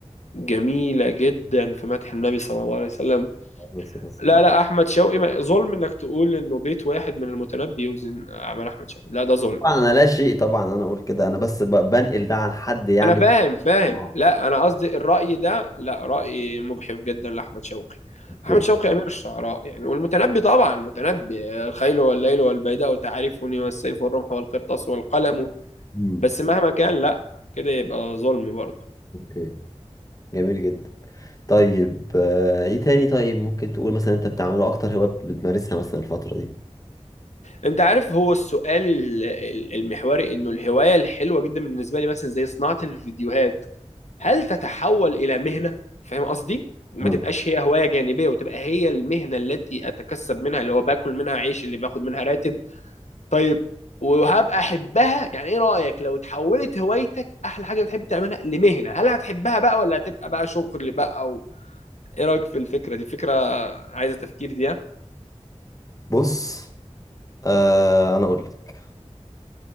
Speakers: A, on the left (about 75°); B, on the left (about 30°).
A: جميلة جدا في مدح النبي صلى الله عليه وسلم
B: <laughs>
A: لا لا أحمد شوقي ما- ظلم إنك تقول إنه بيت واحد من المتنبي يوزن أعمال أحمد شوقي لا ده ظلم
B: طبعا انا لا شيء طبعا انا اقول كده انا بس ب- بنقل ده عن حد يعني
A: انا فاهم فاهم
B: اه
A: لا انا قصدي الرأي ده لا رأي مجحف جدا لاحمد شوقي
B: اوكي
A: احمد شوقي امير الشعراء يعني والمتنبي طبعا المتنبي الخيل والليل والبيداء تعرفني والسيف والرمح والقرطاس والقلم
B: امم
A: بس مهما كان لا كده يبقى ظلم برضه
B: اوكي جميل جدا طيب آه، ايه تاني طيب ممكن تقول مثلا انت بتعمله اكتر هواية بتمارسها مثلا الفترة دي
A: انت عارف هو السؤال ال- ال- المحوري انه الهواية الحلوة جدا بالنسبة لي مثلا زي صناعة الفيديوهات هل تتحول الى مهنه فاهم قصدي ما
B: مم.
A: تبقاش هي هوايه جانبيه وتبقى هي المهنه التي اتكسب منها اللي هو باكل منها عيش اللي باخد منها راتب طيب وهبقى احبها يعني ايه رايك لو تحولت هوايتك احلى حاجه بتحب تعملها لمهنه هل هتحبها بقى ولا هتبقى بقى شغل بقى او ايه رايك في الفكره دي فكره عايزه تفكير دي ها؟
B: بص آه انا اقول لك